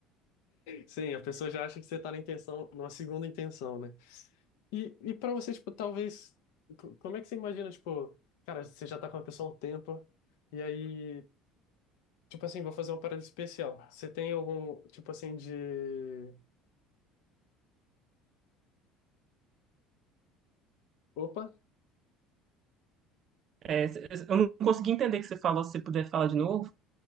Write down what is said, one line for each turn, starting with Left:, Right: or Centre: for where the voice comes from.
Left: Sim, a pessoa já acha que você tá na intenção, numa segunda intenção, né? E, e para você, tipo, talvez. co- Como é que você imagina, tipo, cara, você já tá com a pessoa há um tempo, e aí, tipo assim, vou fazer uma parada especial. Você tem algum, tipo assim, de. Opa!
Right: É, c- eu não consegui entender o que você falou, se você puder falar de novo.